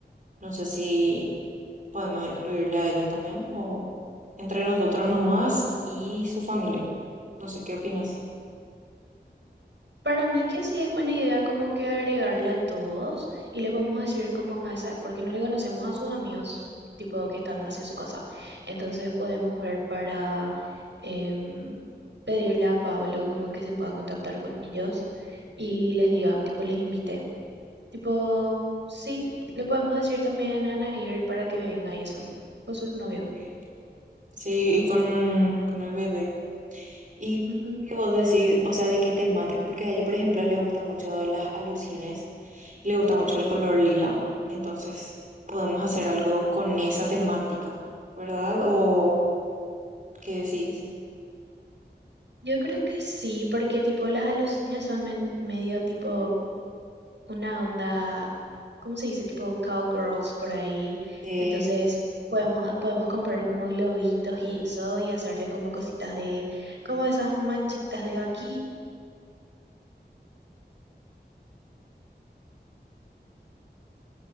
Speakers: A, on the right (about 45°); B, on the right (about 85°).
A: No sé si podemos incluirle a ellos también o entre nosotros nomás y su familia. No sé qué opinas.
B: Para mí que sí es buena idea como que agregarle a todos y le podemos decir como a esa, porque no le conocemos a sus amigos tipo que están hacia su casa. Entonces podemos ver para em, pedirle a Pablo como que se pueda contactar con ellos y les diga, tipo les invite. Tipo, sí, le podemos decir también a Nair para que venga y eso, con su novio.
A: Eh, sí, y con, con el bebé. ¿Y
B: Ujú.
A: qué vos decís? O sea, ¿de qué temática? Porque a ella, por ejemplo, le gustan mucho las alucines le gusta mucho el color lila. Entonces, podemos hacer algo con esa temática. ¿verdad? O ¿Qué decís?
B: Yo creo que sí, porque tipo las alucinas son men- medio tipo una onda, ¿cómo se dice? Tipo cowgirls por ahí.
A: Sí,
B: Entonces podemos, podemos comprar como globitos y eso y hacerle como cositas de, como esas manchitas de vaquita.